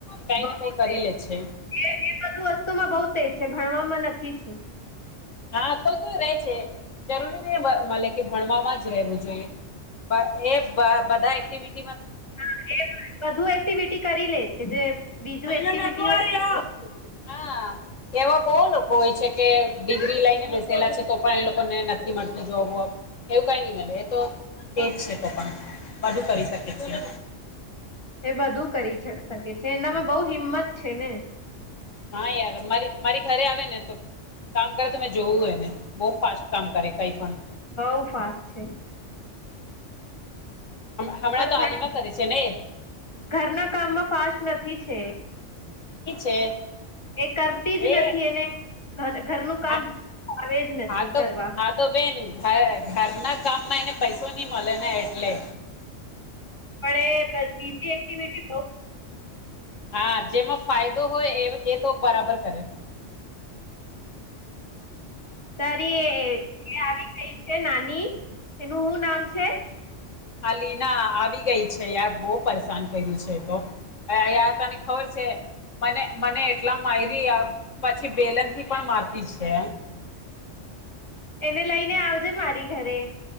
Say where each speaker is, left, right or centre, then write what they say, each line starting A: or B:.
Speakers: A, on the left; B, on the left.
A: કઈ
B: બઉ
A: ને કઈ કરી
B: તેજ
A: લે છે
B: એ એ બધું વસ્તુમાં બહુ તેજ ભણવામાં નથી છે
A: હા કોઈ કોઈ રે છે જરૂરી નહી મલેકે ભણવામાં જ રહેવું જોઈએ <unintelligible> એ બધા એક્ટિવિટી.
B: હ એ બધુ એક્ટિવિટી કરી લે છે, જે.
A: <unintelligible> <unintelligible>
B: બીજું એક્ટિવિટી હોય
A: એવા બઉ લોકો હોય છે, કે ડિગ્રી લઈને બેસેલા છે, તો પણ એ લોકોને નથી મળતું જોબ વબ. એવું કઈ નહી મલે એતો. તેજ છે, <unintelligible> પણ બધુ કરી શકી છીએ.
B: એ બધું કરી શકે છે, એનામાં બહુ હિંમત છે, ને.
A: હા યાર મારી મારી ઘરે આવે ને તો. કામ કરે તમે જોવું હોયને બહ ફાસ્ટ કામ કરે કઈ પણ.
B: બઉ ફાસ્ટ છે.
A: હમણાં
B: પણ
A: તો <unintelligible> કરે છે, ને.
B: ઘરના કામમાં ફાસ્ટ નથી છે
A: ની છે.
B: એ કરતી જ નથી
A: એ
B: એને. ઘરનું કામ
A: આ
B: આવે જ નથી
A: હા તો
B: કરવા
A: હા તો બેન <unintelligible> ઘરના. કામ માં એને પૈસો નઈ મળે ને એટલે.
B: <unintelligible> બીજી એક્ટિવિટી બ
A: હા જેમાં ફાયદો હોય એ એ તો બરાબર કરે
B: તારી એ આવી ગઈ છે નાની એનું હુ નામ છે
A: આ લિના આવી ગઈ છે યાર બહુ પરેશાન કર્યું છે તો અયા તને ખબર છે મને મને એટલા માયરી પછી બેલન થી પણ મારતી છે
B: એને લઈને આવજે મારી ઘરે.